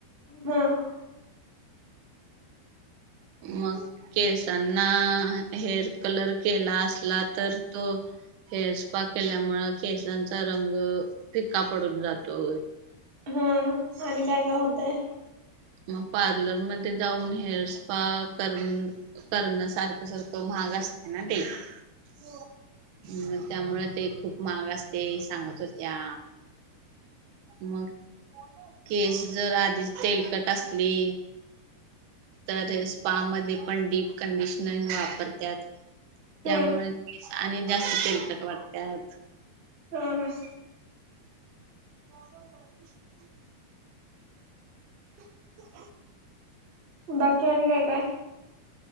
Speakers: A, on the right; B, on the right.
A: हम्म
B: मग केसांना हेअर कलर केला असला तर तो हेअर स्पा केल्यामुळे केसांचा रंग फिका पडून जातो.
A: हम आणि काय काय होतंय?
B: मग पार्लरमध्ये जाऊन हेअर स्पा करून करणं सारखं सारखं महाग असत ना ते. हो त्यामुळे तेखूप महाग असते सांगत होत्या. मग केस जर आधीच तेलकट असली तर स्पा मध्ये पण डीप कंडिशनर वापर त्यात. त्यामुळे
A: ह
B: केस आणि जास्त तेलकट वाट त्यात.
A: हा हा
B: <inaudible> <inaudible>
A: बाकी आणि काय काय?